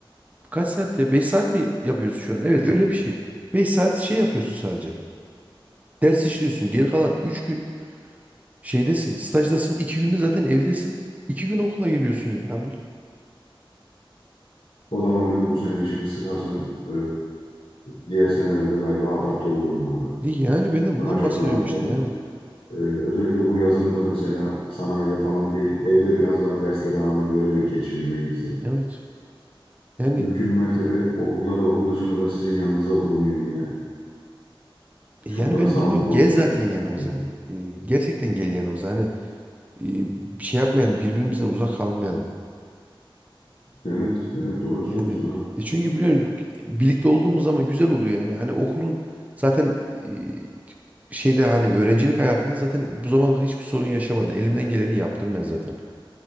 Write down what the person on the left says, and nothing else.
O zaman ben bu sene dişimi sıkarsam e, diğer senelerde galiba adapte olurum abi.
Daha çok
rahatlarım.
E, özellikle bu yazımı da mesela sanayide falan değil, evde biraz daha derslere ağırlık vererek geçireyim en iyisi.
Mümkün mertebe okulda da okul dışında da sizin yanınızda bulunayım yine.
Çok daha
sağlıklı
olacak
gibi
düşünüyorum.
Evet, evet doğru söylüyorsun
abi.